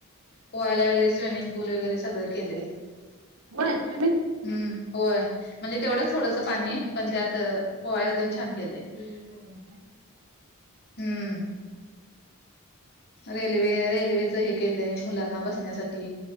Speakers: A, on the left (about 50°); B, on the right (about 75°).
A: पोहायला वगैरे स्विमिंग पूल वैगैरे सगळं केलंय
B: हो अस म
A: हम्म होय म्हणजे तेवढंच थोडंसं पाणी पण त्यात पोहायला ते छान केलंय
B: होय
A: हम्म रेल्वे रेल्वेच हे केलंय मुलांना बसण्यासाठी